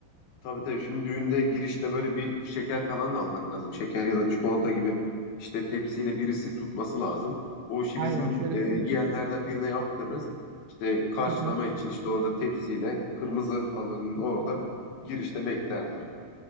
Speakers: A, on the left; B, on the right.
A: Tabii tabii. Şimdi düğünde girişte böyle bir şeker falan da almak lazım. Şeker ya da çikolata gibi işte tepsiyle birisi tutması lazım. O işi
B: Aynen
A: bizim
B: şöyle
A: e, yeğenlerden birine yaptırırız. İşte karşılama
B: süper.
A: için işte orada tepsiyle kırmızı halının orada girişte beklerler.